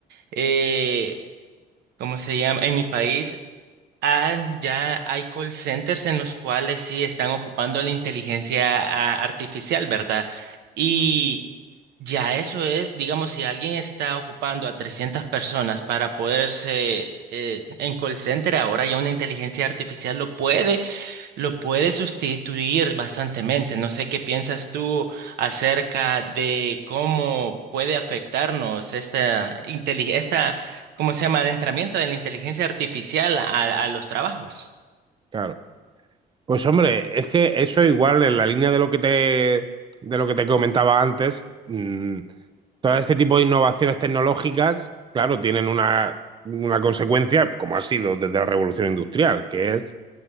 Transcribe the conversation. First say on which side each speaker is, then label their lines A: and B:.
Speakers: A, on the right; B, on the right.
A: eh, ¿cómo se llama? En mi país. Ah, ya hay call centers en los cuales sí están ocupando la inteligencia ah, artificial, ¿verdad? Y ya eso es, digamos, si alguien está ocupando a 300 personas para poderse eh, en call center, ahora ya una inteligencia artificial lo puede lo puede sustituir bastantemente. No sé qué piensas tú acerca de cómo puede afectarnos esta inteli- esta, ¿cómo se llama? Adentramiento de la inteligencia artificial a, a los trabajos.
B: Claro. Pues hombre, es que eso igual en la línea de lo que te, de lo que te comentaba antes, mm, todo este tipo de innovaciones tecnológicas, claro, tienen una, una consecuencia, como ha sido desde la revolución industrial, que es